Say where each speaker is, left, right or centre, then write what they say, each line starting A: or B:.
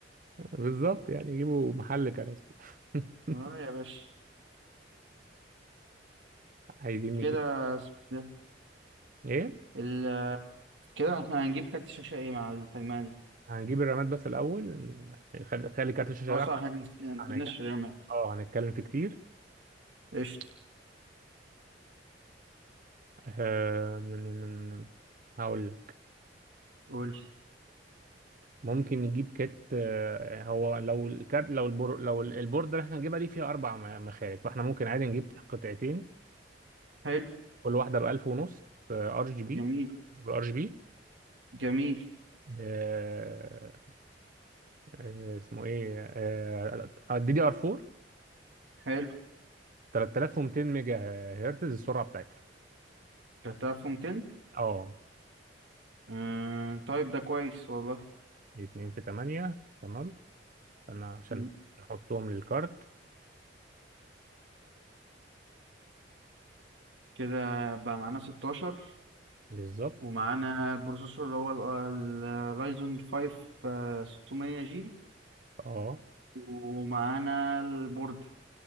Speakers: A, on the right; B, on the right.
A: بالظبط يعني يجيبوا محل كراسي <laughs>
B: اه يا باشا
A: عايزين نجيب
B: كده اسمه ده.
A: ايه
B: ال... كده احنا هنجيب كارت شاشة ايه مع التجميع دي
A: هنجيب الرامات بس الاول خلي خلي كارت الشاشه
B: اه
A: ده
B: صح احنا نسينا، ما جبناش
A: هن-
B: الرامات
A: اه هنتكلم فيه كتير
B: قشطة
A: آه، هقول لك
B: قول
A: ممكن نجيب كات آه، هو لو الكارت لو البور لو البورد اللي احنا هنجيبها دي فيها اربع م- مخارج فاحنا ممكن عادي نجيب قطعتين
B: حلو
A: كل واحدة ب 1000 ونص ار جي بي
B: جميل
A: بالار جي بي
B: جميل
A: آه، آه، اسمه ايه آه، آه، دي دي ار 4
B: حلو
A: 3200 ميجا هرتز السرعة بتاعتها
B: كانت 1200
A: اه
B: آه... طيب ده كويس والله
A: دي 2 في 8 تمام انا عشان
B: مم.
A: نحطهم للكارت
B: كده بقى معانا 16
A: بالظبط
B: ومعانا البروسيسور اللي هو ال- الرايزون 5 600 جي
A: اه
B: ومعانا البورد